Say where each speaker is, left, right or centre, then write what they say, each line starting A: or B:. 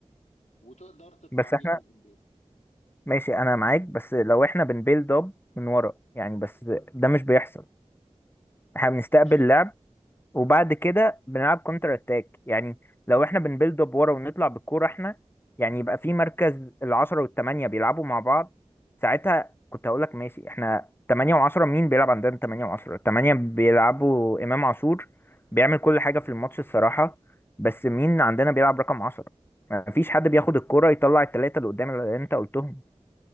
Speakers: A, on the left (about 85°); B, on the left (about 20°).
A: وتقدر تطلع
B: بس
A: بيها
B: احنا
A: لقدام
B: ماشي انا معاك بس لو احنا بنبيلد اب من ورا يعني بس ده مش بيحصل احنا بنستقبل
A: عشان
B: لعب وبعد
A: مم.
B: كده بنلعب كونتر اتاك يعني لو احنا بنبيلد اب ورا ونطلع بالكوره احنا يعني يبقى في مركز العشرة والتمانية بيلعبوا مع بعض ساعتها كنت هقول لك ماشي احنا تمانية وعشرة مين بيلعب عندنا تمانية وعشرة تمانية بيلعبوا إمام عاشور بيعمل كل حاجة في الماتش الصراحة بس مين عندنا بيلعب رقم عشرة مفيش حد بياخد الكوره يطلع التلاتة اللي قدام اللي انت قلتهم